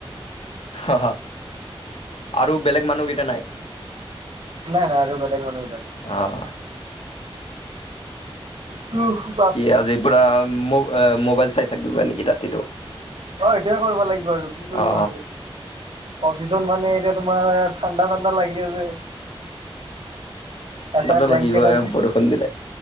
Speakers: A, on the left; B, on the right.
A: অ, আৰু বেলেগ মানুহকেইটা নাই।
B: নাই - নাই আৰু বেলেগ মানুহ কথা নাই।
A: অ',
B: হম।
A: কি আজি পুৰা ম মোবাইল চাই থাকিবা নেকি ৰাতিটো
B: অ, সেইটোৱে কৰিব লাগিব আৰু কি কৰিম
A: অ
B: আৰু। অফিচত মানে এতিয়া তোমাৰ ঠাণ্ডা - ঠাণ্ডা লাগি আছে। এটাই
A: ঠাণ্ডাটো
B: ব্লেংকেট
A: লাগিবই
B: আছে
A: বৰষুণ দিলে